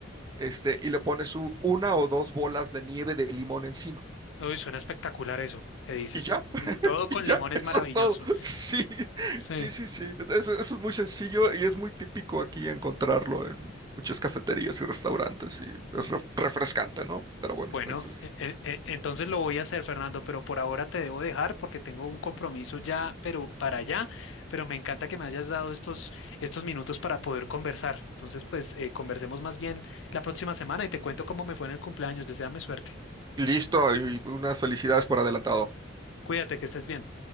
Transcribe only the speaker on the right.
este, y le pones u- una o dos bolas de nieve de limón encima.
Y ya. <laughs>
Y ya,
eso
es todo. <laughs> Sí,
sí, sí, sí. Eso, eso es muy sencillo y es muy típico aquí encontrarlo en muchas cafeterías y restaurantes y
es re- refrescante, ¿no? Pero bueno,
eso es.
Listo y unas felicidades por adelantado.